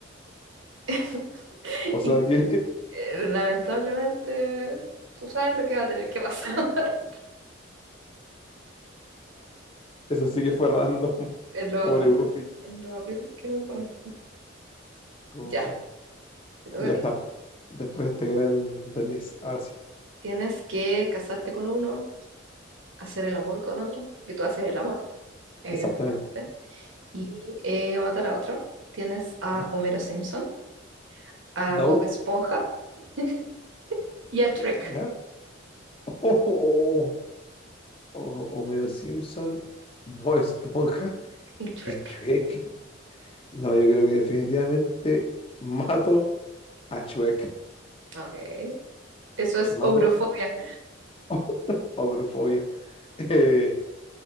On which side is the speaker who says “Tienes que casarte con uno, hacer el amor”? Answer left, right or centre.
Right